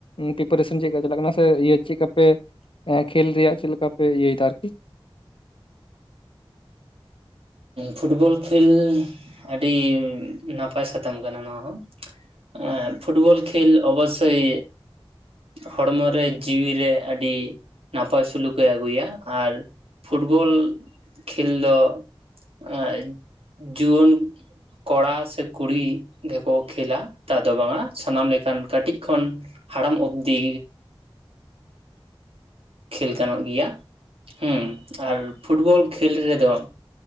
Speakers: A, on the left; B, on the right.
A: ᱯᱤᱯᱟᱨᱮᱥᱟᱱ ᱪᱮᱫ ᱞᱮᱠᱟ ᱪᱟᱞᱟᱜ ᱠᱟᱱᱟ ᱥᱮ ᱤᱭᱟᱹ ᱪᱮᱫ ᱠᱟᱯᱮ ᱮᱸ ᱠᱷᱮᱞ ᱨᱮᱭᱟᱜ ᱪᱮᱞᱠᱟ ᱯᱮ ᱤᱭᱟᱹᱭᱮᱫᱟ ᱟᱨᱠᱤ
B: ᱯᱷᱩᱴᱵᱚᱞ ᱠᱷᱮᱞ ᱟᱹᱰᱤ ᱱᱟᱯᱟᱭ ᱥᱟᱛᱟᱢ ᱠᱟᱱᱟ ᱱᱚᱣᱟ ᱦᱚᱸ ᱮᱸᱻ ᱯᱷᱩᱴᱵᱚᱞ ᱠᱷᱮᱞ ᱚᱵᱚᱥᱚᱭ ᱦᱚᱲᱢᱚᱨᱮ ᱡᱤᱣᱤᱨᱮ ᱟᱹᱰᱤ ᱱᱟᱯᱟᱭ ᱥᱩᱞᱩᱠᱮ ᱟᱹᱜᱩᱭᱟ ᱟᱨ ᱯᱷᱩᱴᱵᱚᱞ ᱠᱷᱮᱞ ᱫᱚ ᱟ <inaudible> ᱡᱩᱣᱟᱹᱱ ᱠᱚᱲᱟ ᱥᱮ ᱠᱩᱲᱤ ᱜᱮᱠᱚ ᱠᱷᱮᱞᱟ ᱛᱟ ᱫᱚ ᱵᱟᱝᱟ ᱾ ᱥᱟᱱᱟᱢ ᱞᱮᱠᱟᱱ ᱠᱟᱹᱴᱤᱡ ᱠᱷᱚᱱ ᱦᱟᱲᱟᱢ ᱚᱵᱽᱫᱤ ᱠᱷᱮᱞ ᱜᱟᱱᱚᱜ ᱜᱮᱭᱟ <inaudible> ᱦᱩᱸ ᱟᱨ ᱯᱷᱩᱴᱵᱚᱞ ᱠᱷᱮᱞ ᱨᱮᱫᱚ